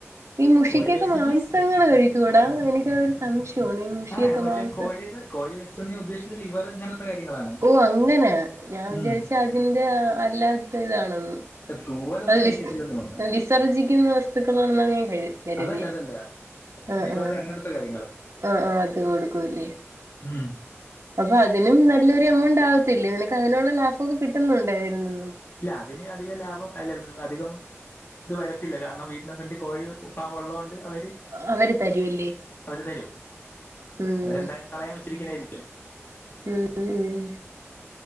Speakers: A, on the right; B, on the left.
A: ഈ മുഷിക്കൊക്കെ
B: കോഴി വേസ്റ്റ്
A: മാംസങ്ങള്
B: മീൻസ്
A: കഴിക്കൂടാ എനിക്കതൊരു സം ശയാണ് ഈ മുഷിയൊക്കെ
B: ആ മറ്റേ
A: മാംസ
B: കോഴിയുടെ കോഴി വേസ്റ്റ് എന്ന് ഞാൻ ഉദ്ദേശിച്ചത് ലിവർ അങ്ങനത്തെ കാര്യങ്ങളാണ്
A: ഓ അങ്ങനെ ഞാൻ വിചാരിച്ച്
B: ഉം
A: അതിന്റെ അല്ലാത്ത ഇതാണെന്ന്
B: തൂവലൊന്നും
A: അത്
B: കഴിക്കത്തില്ലെന്ന്
A: വിസ
B: തോന്നുന്നു
A: വിസർജിക്കുന്ന വസ്തുക്കളാണന്ന കര് കരുതിയെ
B: അതല്ല അതല്ല
A: ആ
B: ലിവർ
A: ആ
B: അങ്ങനത്തെ കാര്യങ്ങള്
A: ആ ആ അത് കൊടുക്കുംല്ലേ
B: ഉം
A: പക്ഷെ അതിനും നല്ലൊരു എമൗണ്ട് ആവത്തില്ലേ നിനക്ക് അതിനുള്ള ലാഭമൊക്കെ കിട്ടുന്നുണ്ടോ അതിൽ നിന്നും
B: ഇല്ല അതിന് അധികം ലാഭം അല്ല അധികം ഇത് വരത്തില്ല കാരണം വീടിന്റെ ഫ്രന്റി കോഴി ഫാർമുള്ളത് കൊണ്ട് അവര്
A: അവര് തരുവല്ലേ
B: അവര് തരും
A: ഉം
B: അവരെന്തായാലും കളയാൻ വെച്ചിരിക്കുന്നായിരിക്കാം
A: ഉം മ്